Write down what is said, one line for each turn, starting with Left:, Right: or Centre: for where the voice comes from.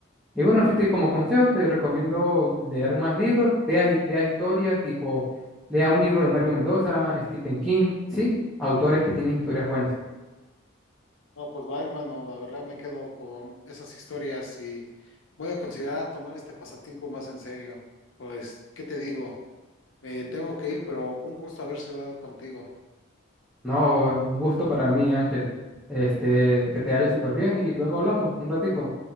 Centre: Y bueno, sí, te, como consejo te recomiendo leer más libros, lea, hi- lea historias, tipo, lea un libro de Mario Mendoza, Stephen King, ¿sí? Autores que tienen historias buenas.
Left: no, pues va, hermano, la verdad me quedo con esas historias y voy a considerar tomar este pasatiempo más en serio. Pues, ¿qué te digo? Me tengo que ir, pero un gusto haber hablado contigo.
Centre: No, un gusto para mí, Ángel. Este, que te vaya súper bien y luego hablamos un ratico.